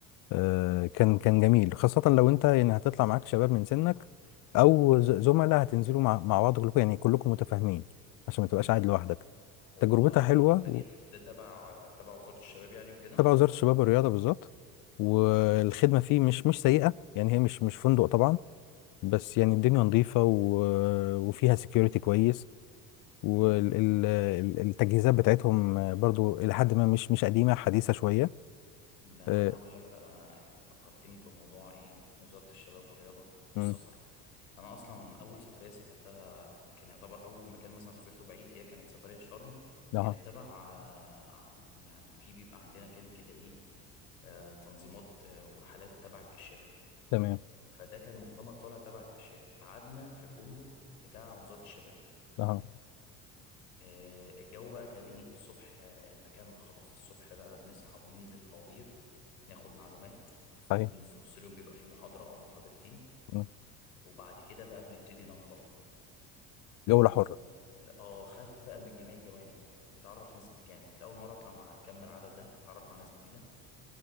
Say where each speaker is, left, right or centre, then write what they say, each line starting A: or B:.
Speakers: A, on the left; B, on the left.
A: آه كان كان جميل خاصة لو انت يعني هتطلع معاك شباب من سنك او ز- زملاء هتنزلوا مع مع بعض كلكم يعني كلكم متفاهمين عشان ما تبقاش
B: مم.
A: قاعد لوحدك
B: هو
A: تجربتها حلوة
B: بيبقى دي
A: و-
B: ده تبع تبع وزارة الشباب يعني وكده
A: تبع وزارة الشباب والرياضة بالظبط والخدمة
B: اه
A: فيه مش مش سيئة يعني هي مش مش فندق طبعا بس يعني الدنيا نظيفة و... وفيها سكيورتي كويس والتجهيزات
B: امم
A: بتاعتهم برضو إلى حد ما مش مش قديمة حديثة شوية
B: ده انا
A: آه،
B: عايز اقول لك بقى انت فكرتني بموضوع ايه وزارة الشباب والرياضة والسفر
A: مم.
B: انا اصلا اول سفرية سافرتها كان يعتبر اول مكان مثلا سافرته بعيد هي كانت سفرية شرم
A: أها
B: كانت تبع آه، عن يعني في بيبقى عندنا كان كده ايه آه، تنظيمات آه، ورحلات تبع الكشافة
A: تمام
B: فده كان مؤتمر طالع تبع الكشافة قعدنا في فندق بتاع وزارة الشباب
A: أها
B: آه، الجو بقى كان ايه الصبح آه، انت كامب خلاص الصبح بقى بنصحى بننزل طوابير ناخد معلومات
A: صحيح
B: وفي نص اليوم بيبقى في محاضرة او محاضرتين
A: مم.
B: وبعد كده بقى بنبتدي ننطلق
A: جولة حرة
B: فانت اه خدت بقى من جميع الجوانب بتعرف ناس يعني كنت اول مره اطلع مع كم العدد ده اتعرف على ناس جديده